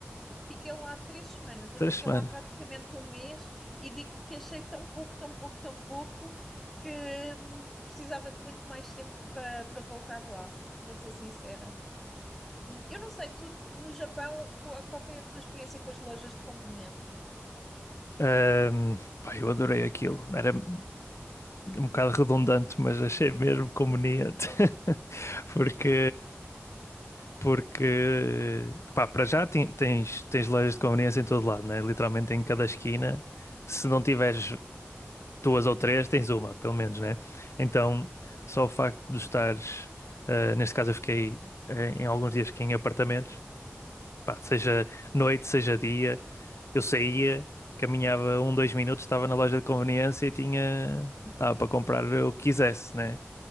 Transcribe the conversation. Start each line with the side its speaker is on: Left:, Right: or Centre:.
Centre: Fiquei lá três semanas,
Left: Três
Centre: eu fiquei
Left: semanas.
Centre: lá praticamente um mês e digo-te que achei tão pouco, tão pouco, tão pouco que hum, precisava de muito mais tempo para para voltar lá. Vou ser sincera. Eu não sei, tu no Japão, qual qual foi a tua experiência com as lojas de conveniência?
Left: Ahm, pá, eu adorei aquilo. Era um bocado redundante, mas achei mesmo conveniente. <laughs> Porque, porque pá, para já ten- tens, tens lojas de conveniência em todo lado, né? Literalmente em cada esquina. Se não tiveres duas ou três, tens uma, pelo menos, né? Então, só o facto de estares, eh, neste caso eu fiquei eh, em alguns dias aqui em apartamentos, pá, seja noite, seja dia, eu saía, caminhava um, dois minutos, estava na loja de conveniência e tinha, estava para comprar o que quisesse, né?